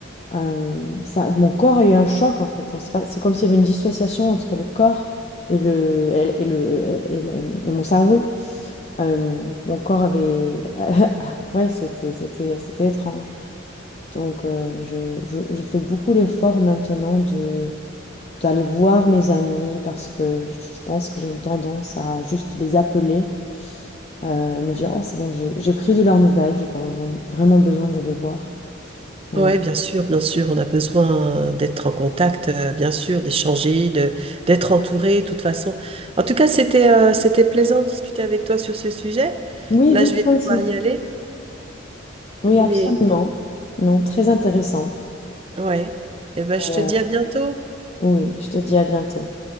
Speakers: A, on the left; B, on the right.
A: euh, ça, mon corps a eu un choc en fait. On sait pas- C'est comme s'il y avait une dissociation entre le corps et le et, et le et, le- et mon cerveau. Euh, mon corps avait <laughs> ouais, c'était c'était c'était étrange. Donc euh, je, je je fais beaucoup l'effort maintenant de d'aller voir mes amis parce que je pense que j'ai une tendance à juste les appeler euh, et me dire oh c'est bon j'ai j'ai pris de leurs nouvelles, j'ai pas besoin- vraiment besoin d'aller voir. Euh,
B: ouais, bien sûr, bien sûr, on a besoin euh, d'être en contact, euh, bien sûr, d'échanger, de d'être entouré, de toute façon. En tout cas, c'était euh, c'était plaisant de discuter avec toi sur ce sujet.
A: oui,
B: Là,
A: Vic,
B: je vais
A: toi
B: devoir
A: aussi.
B: y aller,
A: Oui, absolument.
B: mais
A: Non, très intéressant.
B: ouais. Eh ben, je
A: Et
B: te
A: euh,
B: dis à bientôt.
A: oui, je te dis à bientôt.